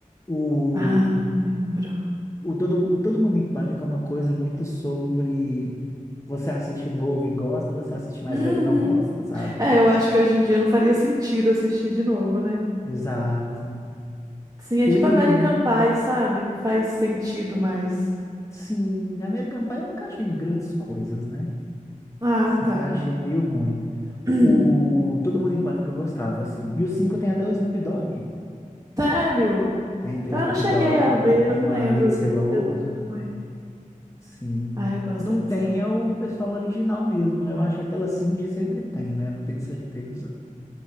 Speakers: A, on the left; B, on the right.
A: O,
B: Ah, não lembro.
A: o, todo, o Todo Mundo em Pânico é uma coisa muito sobre você assiste novo e gosta, você assiste mais
B: Uhum.
A: velho e não gosta, sabe?
B: É, eu acho que hoje em dia não faria sentido assistir de novo, né?
A: Exato.
B: Sim, é
A: Teve.
B: tipo American Pie, sabe? Não faz sentido mais.
A: Sim, American Pie eu nunca achei grandes coisas, né?
B: Ah,
A: Sempre
B: tá.
A: achei meio ruim.
B: <clears throat>
A: O Todo Mundo em Pânico eu gostava, assim. E o 5 tem até o Snoop Dogg.
B: Sério?
A: Tem, tem
B: Então
A: o Snoop
B: eu não cheguei
A: Dogg,
B: a ver,
A: tem
B: eu não
A: a
B: lembro
A: Lindsay
B: de
A: Lohan,
B: ter assistido com ele.
A: sim.
B: Ah, eu gosto
A: Não
B: de
A: tem
B: ser
A: é o pessoal original mesmo, né? Eu acho que aquela Cindy sempre tem, né? Não tenho certeza.